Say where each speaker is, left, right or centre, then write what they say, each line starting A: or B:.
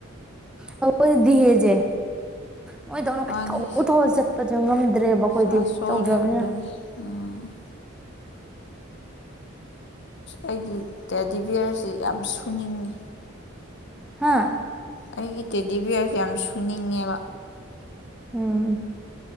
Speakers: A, in the centre; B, on the left (about 55°).
A: ꯑꯩꯈꯣꯏꯗꯤ ꯗꯤꯍꯦꯁꯦ꯫ ꯃꯣꯏꯗꯧꯅ
B: ꯃꯥꯅꯤ
A: ꯀꯣꯏꯊꯧ-ꯊꯧꯔ ꯆꯠꯄꯁꯨ ꯉꯝꯗ꯭ꯔꯦꯕ ꯑꯩꯈꯣꯏꯗꯤ
B: ꯏꯁꯥ ꯁꯣꯜꯂꯦ
A: ꯇꯧꯗ꯭ꯔꯕꯅꯤꯅ꯫
B: ꯑꯗꯨꯅꯤ ꯎꯝ ꯑꯩꯒꯤ ꯇꯦꯗꯤꯕꯤꯌꯔꯁꯤ ꯌꯥꯝ ꯁꯨꯅꯤꯡꯉꯤ꯫
A: ꯍꯥꯥ꯫
B: ꯑꯩꯒꯤ ꯇꯦꯗꯤꯕꯤꯌꯔꯁꯦ ꯌꯥꯝ ꯁꯨꯅꯤꯡꯉꯦꯕ꯫
A: ꯎꯝ꯫